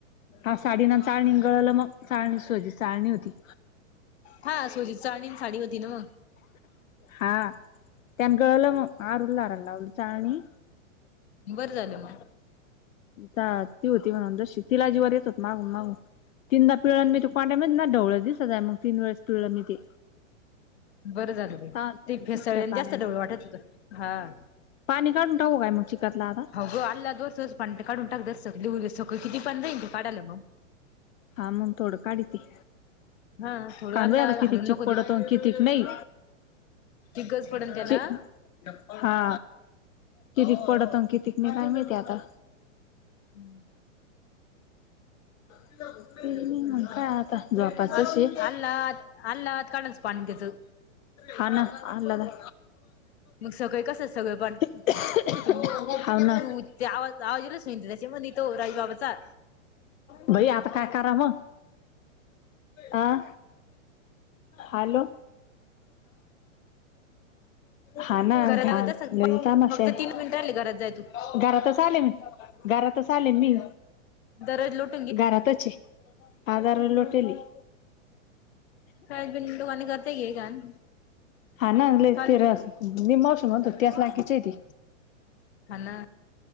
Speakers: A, on the left; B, on the left.
A: हा साडी ना चाळणी गळलं मग चाळणी सोजी चाळणी होती.
B: हा सुजितच आणि चाळणी आणि साडी व ना मग.
A: हा त्यांन गळलं मग आर उललार लावली चाळणी.
B: बरं झालं मग.
A: ती होती म्हणून जशी तिला जीवावरर येत होत मागून मागून तीनदा पिळालं पाण्यामध्येचं ढवळ दिसतच मग तीन वेळेस. पिळलं मी ते
B: बरं झालं
A: चालते
B: ते
A: मग
B: फेसळल्याने
A: तिसऱ्या पाण्यानं
B: जास्त ढवळू वाटत होत.
A: पाणी काढून टाकु काय मग चिकातला आता.
B: ग आल्ला दो काढून टाकात सग उ सगं किती पंधरा इ काढाला मग.
A: हा मंग थोडं काढीती.
B: <inaudible> थोडं
A: काय
B: आल्ला
A: माहिती आता किती
B: हलून
A: चीक
B: नको देऊ
A: पडतो कितीक नाही
B: ती गरज पडन त्याला
A: ची हा कितीक पडतो आता कितीक नाही काय माहिती आता.
B: हम्म.
A: ते नाही म्हण काय आता. झोपाचच
B: अ
A: आहे
B: अला अला कडलच पाण तेच.
A: हा ना अला घाल.
B: मग सगळे कसं सगळं पण
A: <unintelligible>
B: ते
A: हाव ना.
B: तू ते आवाज आवाज येईलच नाही त्याच्यामध्ये तो राजबाबाचा
A: बाई आता काय कराव आ. हॅलो. हा ना
B: घरात
A: ध्यान
B: तस
A: लईच तमाशा
B: फक्त
A: हाय
B: तीन मिनिट राहिले घरात जाय तू
A: घरातच आले मी. घरातच आलेन मी.
B: दरवाजा
A: घरातच हाय हा दार लोटली.
B: का बि दुकानी <unintelligible> करताय घे घाण.
A: हा ना
B: काल
A: तेरस मी तर म्हणतो त्याच लायकीची आहे ती.
B: हा ना